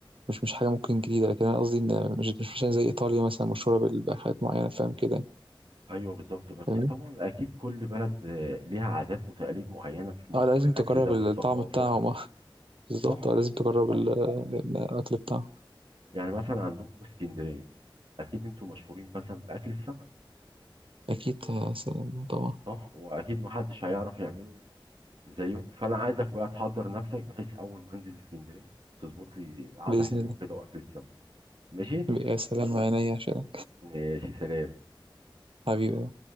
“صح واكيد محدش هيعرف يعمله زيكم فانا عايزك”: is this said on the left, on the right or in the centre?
Right